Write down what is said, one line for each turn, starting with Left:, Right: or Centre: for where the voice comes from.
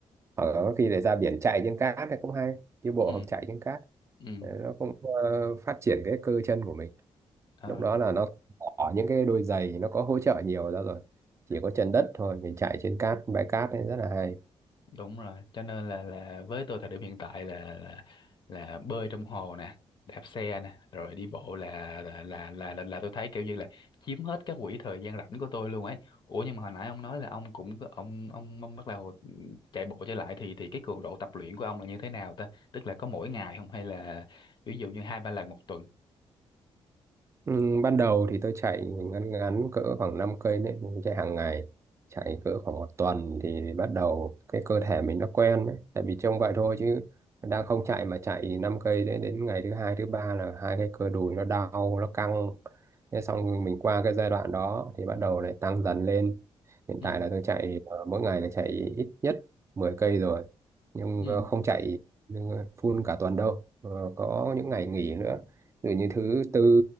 Right: hoặc là có khi để ra biển chạy trên cát thì cũng hay đi bộ
Left: Ừ.
Right: hoặc chạy trên cát
Left: Ừ,
Right: Đấy, nó cũng ờ, phát triển cái cơ chân của mình
Left: ờ,
Right: lúc đó
Left: đúng
Right: là nó bỏ những cái đôi giày nó có hỗ trợ nhiều ra rồi chỉ có chân đất thôi mình chạy trên cát bãi cát ấy rất là hay
Left: đúng rồi. Cho nên là là với tôi thời điểm hiện tại là là, là bơi trong hồ nè, đạp xe nè, rồi đi bộ là là là là, là, là tôi thấy kiểu như là chiếm hết các quỹ thời gian rảnh của tôi luôn ấy. Ủa nhưng mà hồi nãy ông nói là ông cũng có- ông ông ông bắt đầu chạy bộ trở lại thì thì cái cường độ tập luyện của ông là như thế nào ta? Tức là có mỗi ngày không hay là ví dụ như hai ba lần một tuần?
Right: Ừ, ban đầu thì tôi chạy ngắn ngắn cỡ khoảng 5 cây đấy, mình chạy hàng ngày, chạy cỡ khoảng một tuần thì bắt đầu cái cơ thể mình nó quen đấy, tại vì trông vậy thôi chứ đang không chạy mà chạy 5 cây đấy đến ngày thứ hai thứ ba là hai cái cơ đùi nó đau nó căng, thế xong mình qua cái giai đoạn đó thì bắt đầu lại tăng dần lên, hiện
Left: Ừ,
Right: tại là tôi chạy ờ, mỗi ngày là chạy ít nhất 10 cây rồi, nhưng
Left: ừ,
Right: ờ, không chạy nhưng, ờ, full cả tuần đâu, Ờ, có những ngày nghỉ nữa. Ví dụ như thứ tư